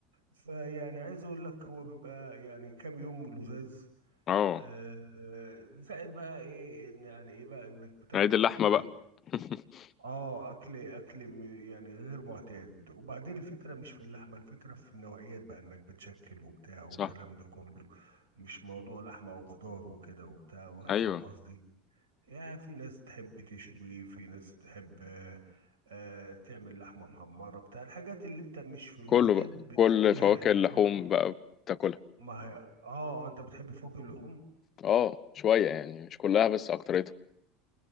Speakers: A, on the right; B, on the left.
A: فيعني عايز أقول لك هو بيبقى يعني كام يوم لزاز
B: اه
A: آه، آه، زائد بقى إيه إن يعني إيه بقى إنك بتاكل
B: عيد اللحمه
A: أكل
B: بقى <laughs>
A: اه اكل اكل م- يعني غير معتاد وبعدين الفكره مش في اللحمه الفكره في النوعيات بقى انك بتشكل وبتاع والكلام
B: صح
A: ده كله مش موضوع لحمه وخضار وكده وبتاع
B: ايوه
A: فاهم قصدي يعني في ناس تحب تشوي في ناس تحب آه آه، تعمل لحمه محمره بتاع الحاجات اللي انت مش في المعتاد
B: كله بقى
A: بتعملها
B: كل فواكه
A: يعني
B: اللحوم
A: اه
B: بقى بتاكلها
A: ما هي اه آه، انت بتحب فوق اللحوم
B: اه شويه يعني مش كلها بس اكتريتها